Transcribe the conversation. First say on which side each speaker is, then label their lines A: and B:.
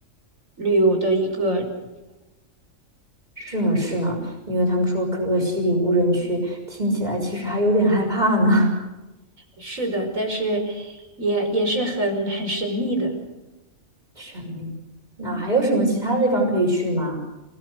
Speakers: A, on the right (about 70°); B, on the right (about 30°).
A: 旅游的一个，
B: 是呢，是呢，因为他们说可可西里无人区，听起来其实还有点害怕呢。
A: 是的，但是也也是很很神秘的。
B: <laughs> 神秘。那还有什么其他地方可以去吗？